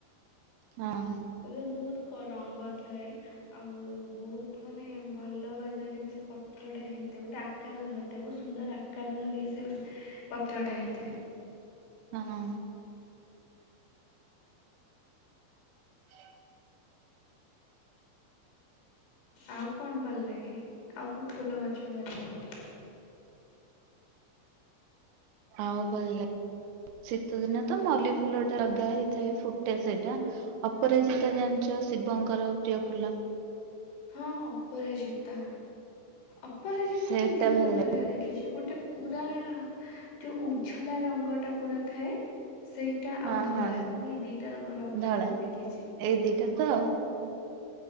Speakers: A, on the right; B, on the left.
A: ହଁ।
B: ସେଥିରେ ବହୁତ କ ରଙ୍ଗ ଥାଏ। ଆଉ ବହୁତ ମାନେ ଭଲ ଭାଗରେ ବି ସେ ପତ୍ରଟା ହେଇଥାଏ ଗୋଟେ ଆ ଆକାର ଧରିଥାଏ ବହୁତ ସୁନ୍ଦର ଆକାର ଧରିକି ସେ ପତ୍ରଟା ହେଇଥାଏ।
A: ହଁ। <inaudible> <inaudible>
B: ଆଉ କଣ ଭଲ ଲାଗେ? ଆଉ କୋଉ ଫୁଲ ଗଛ ଭଲ ଲାଗେ?
A: ଆଉ ଭଲ ଲାଗେ ଶୀତ ଦିନେ ତ ମଲ୍ଲି ଫୁଲ ଟା ଲଗା ହେଇଥାଏ ଫୁଟେ ସେଇଟା ଅପରାଜିତା ଜାଣିଚ ଶିବଙ୍କର ପ୍ରିୟ ଫୁଲ।
B: ହଁ ଅପରାଜିତା ଅପରାଜିତା
A: ସେଇଟା
B: ମୁଁ ଦି
A: ଭଲ
B: ପ୍ରକାର
A: ଲାଗେ
B: ଦେଖିଛି ଗୋଟେ ପୁରା ଯୋଉ ଉଝଲା ରଙ୍ଗ ଟା ପୁରା ଥାଏ ସେଇଟା ଆଉ
A: ହଁ
B: ଧଳା,
A: ହଁ।
B: ମୁଁ ଏଇ ଦିଟା ରଙ୍ଗର ଅପରାଜିତା
A: ଧଳା
B: ଦେଖିଛି।
A: ଏଇ ଦିଟା ତ